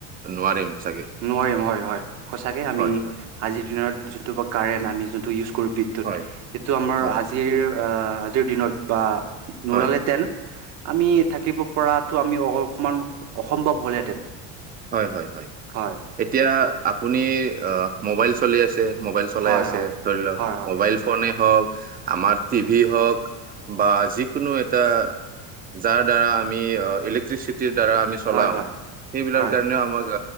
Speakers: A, on the right; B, on the right.
A: নোৱাৰিম চাগে
B: নোৱাৰিম নোৱাৰিম হয়, সচাকে আমি
A: হয় হয়
B: আজিৰ দিনত যোনটো কাৰেণ্ট আমি যোনটো ইউজ কৰোঁ বিদ ত
A: হয়
B: এইটো আমাৰ
A: হয়
B: আজিৰ আজিৰ দিনত বা <unintelligible>
A: হয়
B: টেন আমি থাকিব পৰাটো আমি অ অকণমান অসম্ভৱ হ'লহেঁতেন।
A: হয় হয় হয়।
B: হয়
A: এতিয়া আপুনি অ মোবাইল চলি আছে মোবাইল চলাই
B: হয়,
A: আছে
B: হয়,
A: ধৰি লওঁক
B: হয়, হয়,
A: মোবাইল ফোনে হওঁক, আমাৰ টিভি হওঁক বা যিকোনো এটা যাৰ দ্বাৰা আমি ইলেক্ট্ৰিচিটিৰ দ্বাৰা আমি চলাও
B: হয়, হয়,
A: সেইগিলৰ
B: হয়,
A: কাৰণেও আমাক